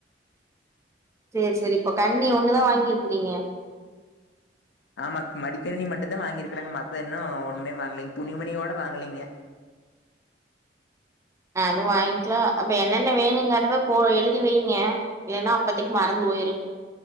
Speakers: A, on the right (about 15°); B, on the left (about 75°).
A: சரி சரி இப்போ கண்ணி ஒன்னுதா வாங்கிருக்குறீங்க
B: ஆமா மடிக்கணினி மட்டுதா வாங்கியிருக்கறங்க மத்த இன்னு ஒன்னுமே வாங்லைங்க துணிமணியோட வாங்லைங்க
A: அது வாங்கிக்லா அப்ப என்னென்ன வேணுங்கறத போ எழுதி வைங்க இல்லைன்னா அப்பதைக்கு மறந்து போயுரு